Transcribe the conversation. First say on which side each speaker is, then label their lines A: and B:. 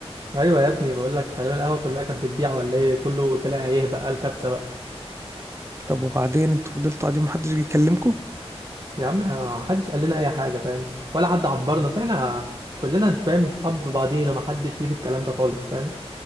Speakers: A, on the right; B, on the right.
A: ايوه يا ابني بقول لك غالبا القهوه كلها كانت بتبيع ولا ايه كله طلع يهبق قال كبسه بقى
B: طب وبعدين انتوا فضلتوا قاعدين محدش جه يكلمكم
A: يا عم محدش قال لنا اي حاجه فاهم ولا حد عبرنا اصل احنا كلنا انت فاهم صحاب في بعضينا ما حدش ليه في الكلام ده خالص فاهم